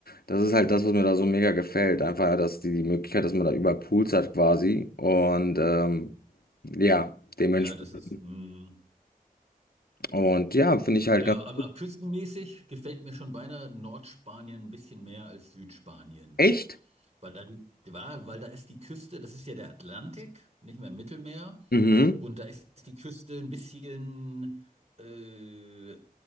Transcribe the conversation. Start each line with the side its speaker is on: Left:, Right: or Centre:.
Left: das ist halt das, was mir da so mega gefällt. Einfach, ja, dass die, die Möglichkeit, dass man da überall Pools hat quasi. Und ähm, ja, dementsprechend.
Right: Ja, das ist, mm,
Left: Und ja, finde ich halt
Right: Ja,
Left: ganz
Right: aber küstenmäßig gefällt mir schon beinahe Nordspanien ein bisschen mehr als Südspanien.
Left: echt.
Right: Weil da die, weil, weil da ist die Küste, das ist ja der Atlantik, nicht mehr Mittelmeer.
Left: Mhm.
Right: Und da ist die Küste ein bisschen äh,